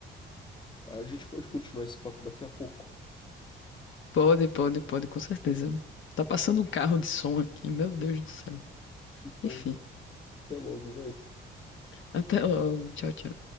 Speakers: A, on the left; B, on the left.
A: a gente pode continuar esse papo daqui a pouco.
B: Pode, pode, pode, com certeza. Tá passando um carro de som aqui, meu Deus do céu.
A: Então,
B: Enfim.
A: até logo, velho.
B: Até logo. Tchau, tchau.